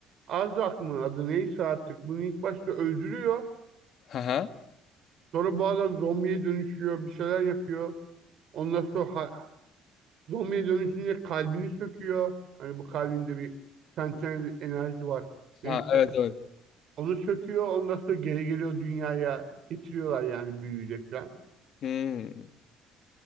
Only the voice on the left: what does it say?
Ha ha
Ha evet evet.
Hmm.